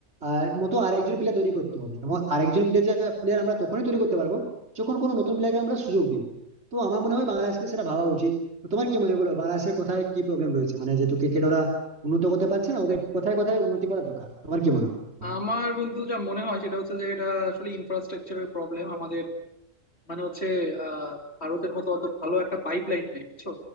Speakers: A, on the right (about 55°); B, on the left (about 55°).
A: আর মতো আরেকজন প্লেয়ার তৈরি করতে হবে এবং আরেকজন প্লেয়ার প্লেয়ার আমরা তখনই তৈরি করতে পারবো যখন কোনো নতুন প্লেয়ারকে আমরা সুযোগ দিব তো আমার মনে হয় বাংলাদেশকে সেটা ভাবা উচিত তো তোমার কি মনে হয় বলো বাংলাদেশের কোথায় কি প্রবলেম রয়েছে মানে যেহেতু ক্রিকেট ওরা উন্নত করতে পারছে না ওদের কোথায় কোথায় উন্নতি করা দরকার তোমার কি মনে হয়
B: আমার বন্ধু যা মনে হয় সেটা হচ্ছে যে এটা আসলে ইনফ্রাস্ট্রাকচারের প্রবলেম আমাদের মানে হচ্ছে আহ ভারতের মতো অত ভালো একটা পাইপলাইন নেই বুঝছো